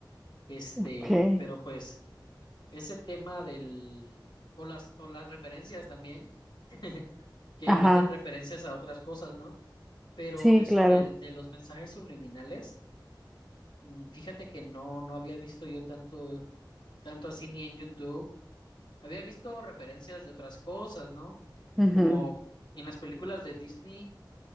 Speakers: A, on the left; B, in the centre.
A: este,
B: Ok.
A: pero pues ese tema del, o las, o las referencias también, <laughs> que
B: Ajá.
A: meten referencias a otras cosas, ¿no? Pero
B: Sí,
A: eso
B: claro.
A: del, de los mensajes subliminales. Mm, Fíjate que no, no había visto yo tanto, tanto así ni en YouTube. Había visto referencias de otras cosas, ¿no?
B: Ujú.
A: Como en las películas de Disney